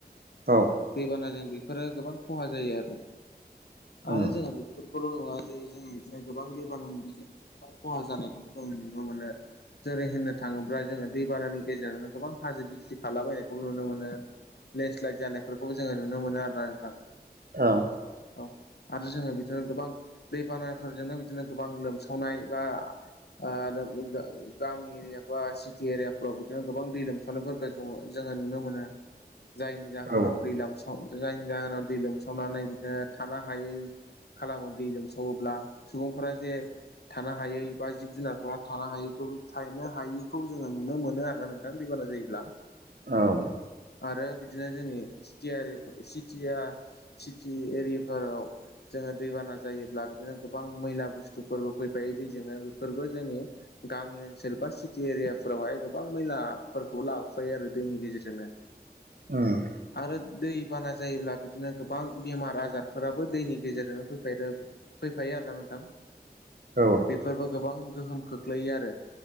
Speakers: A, on the right; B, on the left.
A: औ
B: दैबानाजों बेफोरो गोबां खहा जायो आरो आरो
A: उम
B: जोंङो बेफोर खौल' नङा जे जों बिदिनो गोबां दैबानानि गेजेरजों गोबां खहा जानायखौबो जों नुनो मोनो जेरै होनो थाङोब्ला जोङो दैबानानि गेजेरावनो गोबां हाजो गिसि खालाबायनायखौ नुनो मोनो। लेन्डस्लाइद जानायफोरखौबो जोङो नुनो मोनो आरोना नोंथां।
A: अ
B: औ आरो जोंङो बिदिनो गोबां दैबानाफोरजोंनो बिदिनो गोबां लोमसावनाय बा ओ बा <unintelligible> गामि एरिया बा सिटि एरियाफोराव बिदिनो गोबां दै लोमसानायफोरखौ जों जोंङो नुनो मोनो। जायनि जाहोनाव
A: औ
B: दै लोमाव जायनि जाहोनाव दै लोमसावनानै बिदिनो थानो हायै खालामो दै लोमसावोब्ला सुबुंफोरा जे थानो हायै बा जिब जुनारफोरा थानो हायैखौबो थायनो हायि खौ जोङो नुनो मोनो आरोना नोंथां दैबाना जायोब्ला।
A: औ
B: आरो बिदिनो जोंनि सिटियारि सिटिया सिटि एरियाफोराव जोंङो दैबाना जायोब्ला बिदिनो गोबां मैला बुस्थुफोरबो फैफायो दैजोंनो बेफोरबो जोंनि गामि ओनसोल बा सि एरिया फोरावहाय गोबां मैलाफोरखौ लाबोफायो आरो दैनि गेजेरजोंनो
A: उम
B: आरो दै बाना जायोब्ला बिदिनो गोबां बेमार आजारफोराबो दैनि गेजेरजोंनो फैफायो आरोना नोंथां
A: औ
B: बेफोरबो गोबां गोहोम खोख्लैयो आरो